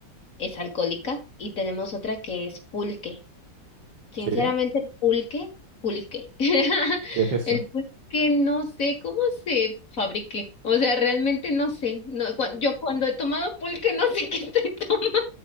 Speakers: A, on the left (about 45°); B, on the right (about 75°).
A: es alcohólica y tenemos otra que es pulque. Sinceramente,
B: ¿Qué?
A: el pulque, pulque. <laughs>
B: ¿Qué es eso?
A: El pulque no sé cómo se fabrique. O sea, realmente no sé. No, cuan- yo cuando he tomado pulque no sé <laughs> qué estoy tomando,